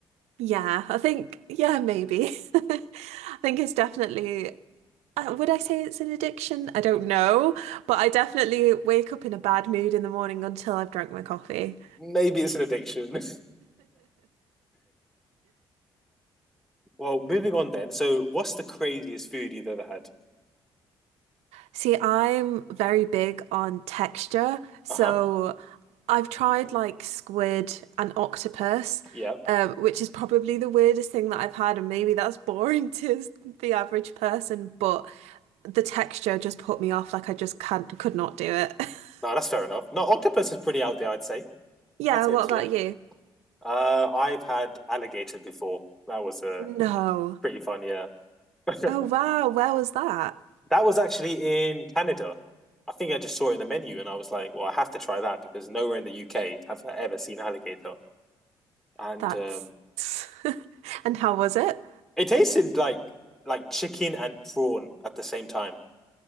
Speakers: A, on the right; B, in the centre.
A: Yeah, I think yeah, maybe. <laughs> I think it's definitely uh, would I say it's an addiction? I don't know, but I definitely wake up in a bad mood in the morning until I've drank my coffee.
B: Maybe it's an addiction. <laughs> well, moving on then. So what's the craziest food you've ever had?
A: See, I'm very big on texture, so
B: Uh huh.
A: I've tried like squid and octopus,
B: Yeah.
A: um, which is probably the weirdest thing that I've had, and maybe that's boring <laughs> to the average person, but the texture just put me off, like I just can't could not do it. <laughs>
B: No, that's fair enough. No, octopus is pretty out there. I'd say.
A: Yeah,
B: I'd say
A: what
B: this.
A: about
B: Yeah.
A: you?
B: Uh, I've had alligator before. That was a uh,
A: No.
B: pretty fun, yeah. <laughs>
A: Oh wow, where was that?
B: That was actually in Canada. I think I just saw it in the menu and I was like, well, I have to try that because nowhere in the UK have I ever seen alligator. And
A: That's
B: um,
A: <laughs> and how was it?
B: it tasted like like chicken and prawn at the same time.